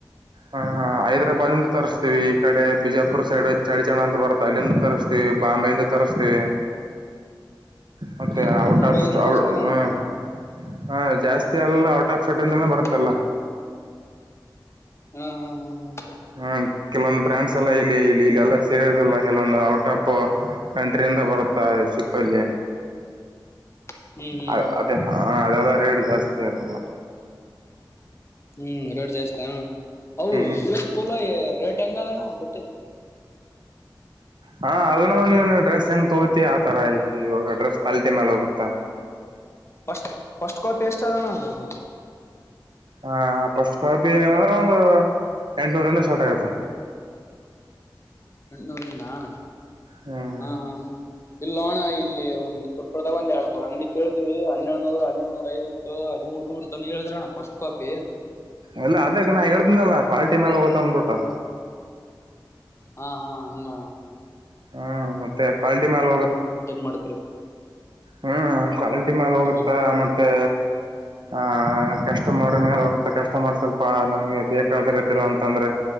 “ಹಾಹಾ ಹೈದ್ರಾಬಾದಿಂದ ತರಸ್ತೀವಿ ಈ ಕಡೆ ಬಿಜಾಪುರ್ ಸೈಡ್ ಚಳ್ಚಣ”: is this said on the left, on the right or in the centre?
Right